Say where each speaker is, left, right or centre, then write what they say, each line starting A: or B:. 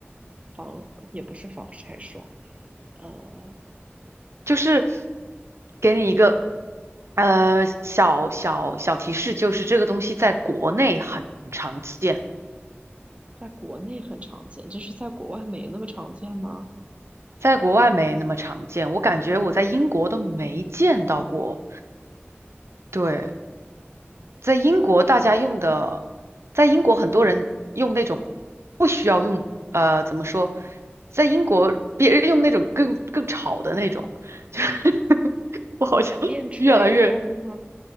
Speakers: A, on the right (about 30°); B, on the right (about 85°).
A: 防也不是防晒霜，呃，
B: 就是给你一个呃小小小提示，就是这个东西在国内很常见，
A: 在国内很常见，就是在国外没那么常见吗？
B: 在国外没那么常见。我感觉我在英国都没见到过。对，在英国大家用的，在英国很多人用那种不需要用呃怎么说，在英国别人用那种更更吵的那种，<laughs> 就是我好像越来越
A: 电吹风吗？